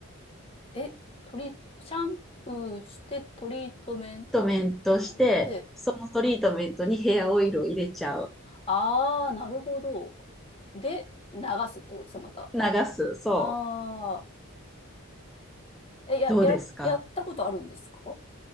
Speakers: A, on the left; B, in the centre.
A: え、トリ、シャンプーしてトリートメン
B: トメントして、
A: トで、
B: そのトリートメントにヘアオイルを入れちゃう。
A: ああー、なるほど。で、流すってことですよ、また。
B: 流す。そう。
A: ああ、え、や、
B: どうですか
A: や、やったことあるんですか